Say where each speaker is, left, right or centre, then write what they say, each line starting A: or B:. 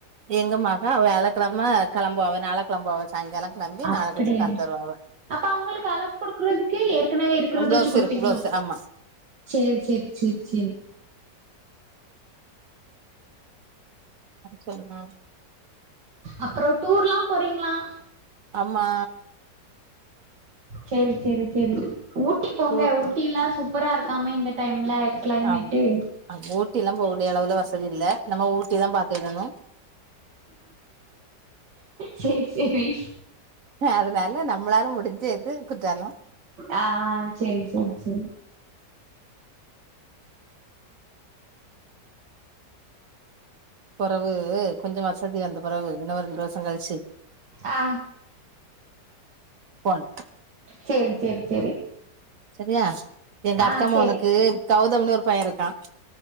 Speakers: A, on the right; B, on the right.
A: எங்க மக வேழக்கெழம கெளம்புவா அதனாலக் க்ளம்வா அவெ சாயங்காலங் க்ளம்பி
B: அப்படியா
A: நாள கழ்ச்சி கழ்த்தருவா அவெ
B: அப்ப அவுங்குளுக்கு அளக் குடுக்றதுக்கு ஏற்கனவே இருக்குறத
A: பிளவுஸ்
B: வெச்சு குடுப்பீங்ளோ
A: இருக்கு பிளவுஸ் ஆமா
B: சேர் சேர் செரி செரி
A: ஆ சொல்லுங்கா
B: அப்றோ டூர்லாம் போறீங்ளா
A: அம்மா
B: செரி செரி செரி ஊட்டி போங்க
A: டூர்
B: ஊட்டியிலா
A: போற
B: சூப்பரா இருக்காமே இந்த டைம்ல கிளைமேட்டு
A: ஆம் அம் ஊட்டியெலாம் போகூடிய அளவுல வசதி இல்ல நம்ம ஊட்டிதாம் பாத்திடணும்
B: சேர் செரி
A: அதனால நம்ளாலும் முடிஞ்ச்சது குற்றாலோ
B: ஆ செரி செரி செரி
A: பொறவு கொஞ்சோ வசதி அந்த பொறவு இன்ன ஒரு ரெண்டு வர்ஷோ கழ்
B: ஆ
A: போணும்
B: சேரி சேரிங் சேரி
A: செரியா எங்க
B: ஆ
A: அக்கா மவுனுக்கு
B: சேரி
A: கௌதம்னு ஒரு பையே இருக்கா